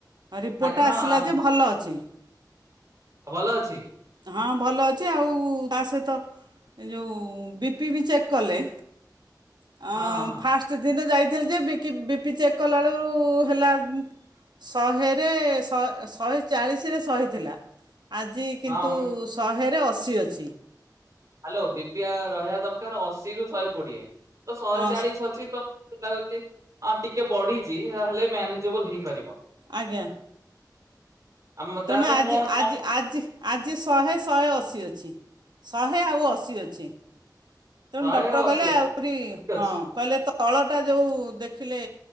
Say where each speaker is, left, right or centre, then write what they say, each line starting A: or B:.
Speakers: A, on the right (about 80°); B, on the right (about 50°).
A: ରିପୋର୍ଟଟା
B: ହଁ
A: ଆସିଲା
B: ଆ
A: ଯେ ଭଲ ଅଛି।
B: ଅ ଭଲ ଅଛି।
A: ହଁ ଭଲ ଅଛି ଆଉ ତା ସହିତ ଯୋଭ ବି ପି ବି ଚେକ୍ କଲେ? ଅ
B: ହଁ ହଁ ହଁ।
A: ଫାଷ୍ଟ ଦିନ ଯାଇଥିଲି ଯେ ବି କି ପି ପି ଚେକ୍ କଲାଳୁ ହେଲା ଶହେରେ ଶହେ ଶହେ ଚାଳିଶରେ ଶହେ ଥିଲା। ଆଜି କିନ୍ତୁ
B: ହଁ ମ-
A: ଶହେରେ ଅଶୀ ଅଛି।
B: ହ୍ୟାଲୋ ବିପିଆ ରହିବା ଦରକାର ଅଶିରୁୁ ଶହେ କୋଡିଏ ତ ଶହେ
A: ହଁ
B: ଚାଳିଶ ଅଛି ତ ମତେ ଲାଗୁଚି ଟିକେ ବଢିଛି ତାହେଲେ ମ୍ୟାନେଜେବଲ ହେଇପାରିବ।
A: ଆଜ୍ଞା।
B: ଆମ ତା
A: ତେଣୁ
B: ପାଇଁ
A: ଆଜି
B: କଣ କଣ
A: ଆଜି ଆଜି ଆଜି ଶହେ ଶହେ ଅଶୀ ଅଛି। ଶହେ ଆଉ ଅଶୀ ଅଛି। ତେଣୁ
B: ଶହେ
A: ଡକ୍ଟର
B: ଆଉ ଅଶୀ
A: କହିଲେ
B: ଅଛି
A: ଆହୁରି
B: ଠିକ ଅଛି
A: ହଁ କହିଲେ ତଳଟା ଯୋଉ ଦେଖିଲେ